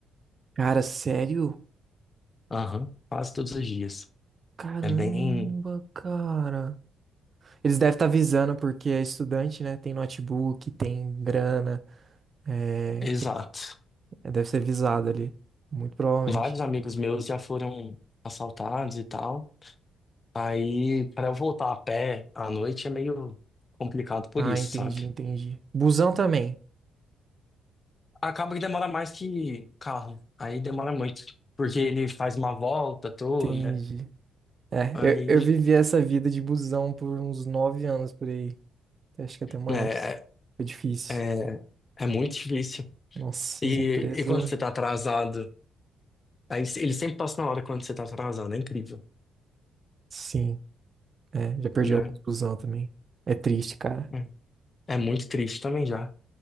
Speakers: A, on the right; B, on the left.
A: Cara, sério?
B: Aham, quase todos os dias.
A: Caramba,
B: É bem
A: cara. Eles devem estar avisando porque é estudante, né? Tem notebook, tem grana, é,
B: exato.
A: É, Deve ser visado ali. Muito provavelmente.
B: Vários amigos meus já foram assaltados e tal. Aí, pra eu voltar a pé à noite é meio complicado por
A: Ah,
B: isso,
A: entendi,
B: sabe?
A: entendi. Busão também.
B: Acaba que demora mais que carro. Aí demora muito. Porque ele faz uma volta toda.
A: Entendi. É,
B: Aí,
A: eu, eu vivi essa vida de busão por uns nove anos por aí. Acho que até mais.
B: né, é,
A: Foi difícil.
B: é, é muito difícil.
A: Nossa,
B: E,
A: as empresas.
B: e quando você tá atrasado? Aí se- ele sempre passa na hora quando você tá atrasado. É incrível,
A: Sim, é, já perdi
B: né?
A: alguns busão também. É triste, cara.
B: É É muito triste também já.